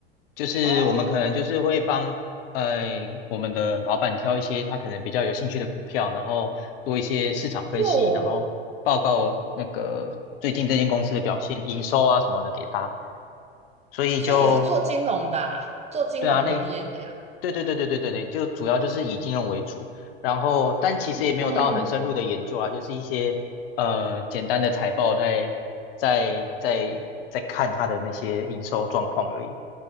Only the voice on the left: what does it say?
就是我们可能就是会帮呃我们的老板挑一些他可能比较有兴趣的股票，
然后做一些市场分析，
然后报告那个最近这间公司的表现、营收啊什么的给他，所以就。
对啊，类，对对对对对对对，就主要就是以金融为主，然后但其实也没有到很深入的研究啊，
就是一些呃简单的财报在在在在看它的那些营收状况而已。